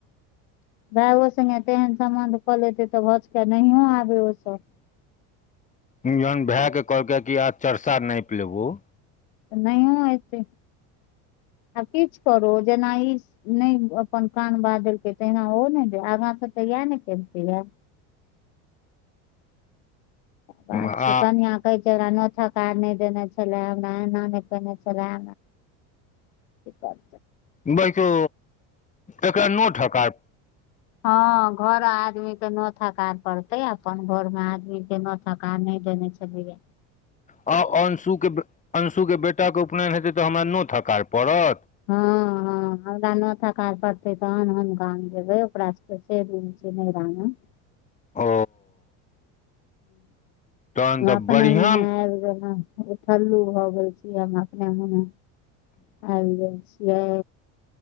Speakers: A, on the left; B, on the left.
A: भायो संगे तेहन सम्बन्ध कऽ लेते तऽ भचके नहियो आबे ओ सभ
B: जहन भाय के कहलकै कि आ चर्चा नाप लेबो।
A: तऽ नहि हेतै आ किछु करू जेना ई नहि अपन कान बा देलकै तहिना ओ नहि दे आगा से तऽ इएह ने केलकै यै बात
B: आ
A: छै तन या कऽ रा नो नहि देने छले हमरा एना नहि केने छले एकात
B: बैकू एकरा नो कऽ
A: ह घर आदमी के नाक पड़तै अपन घर मे आदमी के सकार नहि देने छलली।
B: आ अंशू के अंशु के बेटाके उपनयन हेतै तऽ हमरा नहि थकार पड़त
A: हा हा हमरा नथा काज पड़ते तहन हम गाम जेबै ओकरा सभके से रूल छै।
B: ओ। तहन
A: हा
B: तऽ
A: अपने
B: बढ़िआँ
A: मने आबि गेल ठल्लू भऽ गेल छी हम अपने मने। आइब गेल छियै